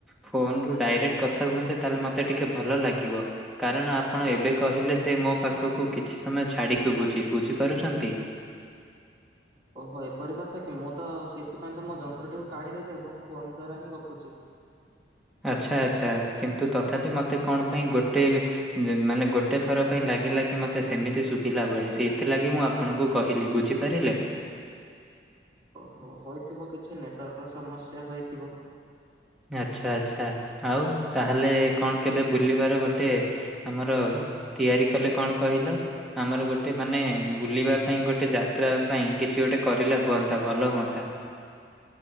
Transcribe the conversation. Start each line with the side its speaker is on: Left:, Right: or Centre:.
Centre: ଫୋନ୍ ରୁ ଡାଇରେକ୍ଟ୍ କଥା ହୁଅନ୍ତେ ତାହେଲେ ମତେ ଟିକେ ଭଲ ଲାଗିବ କାରଣ ଆପଣ। ଏବେ କହିଲେ ସେ ମୋ ପାଖକୁ କିଛି ସମୟ ଛାଡ଼ି ଶୁଭୁଚି ବୁଝିପାରୁଛନ୍ତି।
Right: ଓହୋ ଏପରି କଥା କି ମୁଁ ତ ସେଥିପାଇଁ ତ ମୋ ଯନ୍ତ୍ରଟିକୁ କାଢିଦେଲି ଏବଂ ଫୋନ ଦ୍ଵାରା ହିଁ ଗପୁଚି।
Centre: ଆଚ୍ଛା ଆଚ୍ଛା କିନ୍ତୁ ତଥାପି ମତେ କଣ ପାଇଁ ଗୋଟେ ବି ଜ ମାନେ ଗୋଟେ ଥର ପାଇଁ ଲାଗିଲା। କି ମତେ ସେମିତି ଶୁଭିଲା ଭଳି ସେଇଥିଲାଗି ମୁଁ ଆପଣଙ୍କୁ କହିଲି ବୁଝିପାରିଲେ।
Right: ଓ ହୋ ହୋଇଥିବ କିଛି ନେଟୱାର୍କ ର ସମସ୍ୟା ହୋଇଥିବ।
Centre: ଆଚ୍ଛା ଆଚ୍ଛା ଆଉ ତାହେଲେ କଣ କେବେ ବୁଲିବାର ଗୋଟେ ଆମର। ତିଆରି କଲେ କଣ କହିଲ ଆମର ଗୋଟେ ମାନେ ବୁଲିବା। ପାଇଁ ଗୋଟେ ଯାତ୍ରା ପାଇଁ କିଛି ଗୋଟେ କରିଲେ ହୁଅନ୍ତା ଭଲ ହୁଅନ୍ତା।